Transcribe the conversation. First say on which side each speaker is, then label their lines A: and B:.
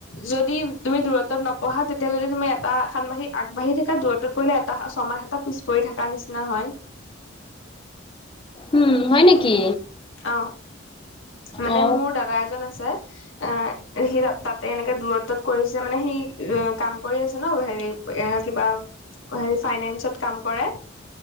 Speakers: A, on the left (about 75°); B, on the left (about 25°).
A: যদি তুমি দূৰত্বত নপঢ়া তেতিয়া যদি তুমি এটা সানমাসিক আগবাঢ়ি থাক এটা দূৰ দূৰতত পৰিলে এটা ছমাহ এটা পিছ পৰি থকাৰ নিচিনা হয়।
B: উম হয় নেকি?
A: অঁ, মানে
B: অ
A: মোৰ দাদা এজন আছে অ সি তাতে এনেকে দূৰত্বত কৰিছে মানে সি অ কাম কৰি আছে ন হেৰি এ কিবা হেৰি ফাইনেন্সত কাম কৰে।